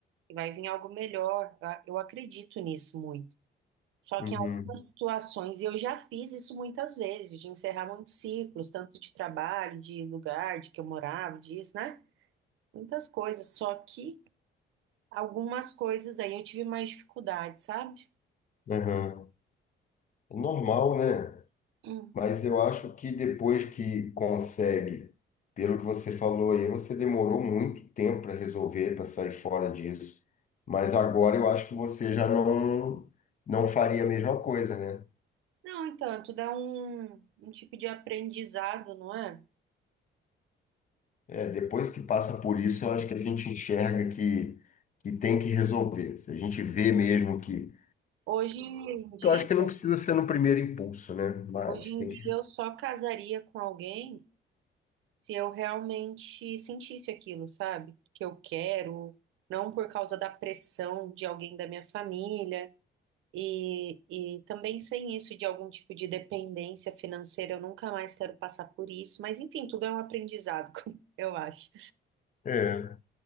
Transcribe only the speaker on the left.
uhum,
aham. É normal, né?
Mas eu acho que depois que consegue, pelo que você falou aí, você demorou muito tempo para resolver, para sair fora disso. Mas agora eu acho que você já não, não faria a mesma coisa, né?
É, depois que passa por isso, eu acho que a gente enxerga que, que tem que resolver. Se a gente vê mesmo que.
Eu acho que não precisa ser no primeiro impulso, né? Mas
tem
que.
É.